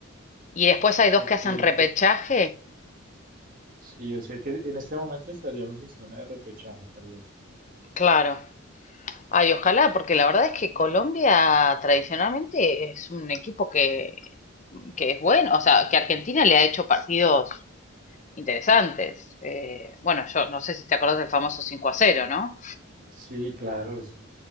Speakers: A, on the left; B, on the right.
A: Y después hay dos
B: Porque
A: que hacen repechaje.
B: sí, yo sé que en este momento estaríamos en zona de repechaje, tal vez.
A: Claro. Ay, ojalá, porque la verdad es que Colombia tradicionalmente es un equipo que, que es bueno, o sea, que Argentina le ha hecho partidos interesantes. Eh, bueno, yo no sé si te acordás del famoso 5 a cero, ¿no?
B: Sí, claro, es-